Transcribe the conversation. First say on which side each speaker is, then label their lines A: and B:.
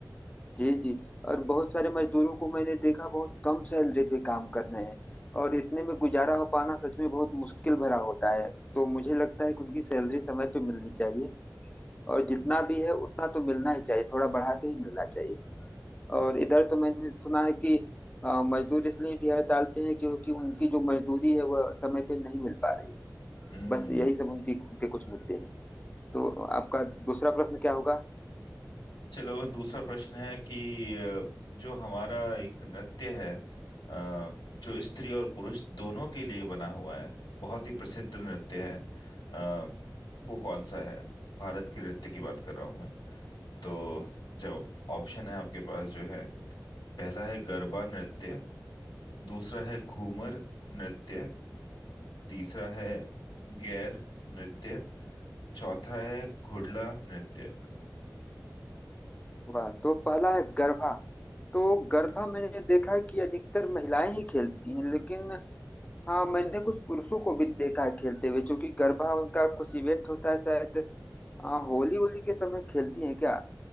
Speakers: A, on the left; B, on the left.
A: जी जी और बहुत सारे मजदूरों को मैंने देखा बहुत कम सैलरी पे काम कर रहे हैं और इतने में गुजारा हो पाना सच में बहुत मुश्किल भरा होता है तो मुझे लगता है कि उनकी सैलरी समय पे मिलनी चाहिए
B: हम्म।
A: और जितना भी है उतना तो मिलना ही चाहिए थोड़ा बढ़ा के ही मिलना चाहिए और इधर तो मैंने सुना है कि अ, मजदूर इसलिए भी हड़ताल पे है क्योंकि उनकी जो मजदूरी है वह समय पे नहीं मिल पा रही है
B: हम्म
A: बस यही सब उनकी उनके कुछ मुद्दे हैं तो आपका दूसरा प्रश्न क्या होगा
B: चलो दूसरा प्रश्न है कि अ, जो हमारा एक नृत्य है अ, जो स्त्री और पुरुष दोनों के लिए बना हुआ है बहुत ही प्रसिद्ध नृत्य है अ, वो कौन सा है भारत के नृत्य की बात कर रहा हूं मैं तो जो ऑप्शन है आपके पास जो है पहला है गरबा नृत्य दूसरा है घूमर नृत्य तीसरा है गैर नृत्य चौथा है घुड़ला नृत्य
A: वाह तो पहला है गरबा तो गरबा मैंने देखा है कि अधिकतर महिलाएं ही खेलती हैं लेकिन हाँ मैंने कुछ पुरुषों को भी देखा है खेलते हुए क्योंकि गरबा उनका कुछ इवेंट होता है शायद हाँ, होली होली के समय खेलती हैं क्या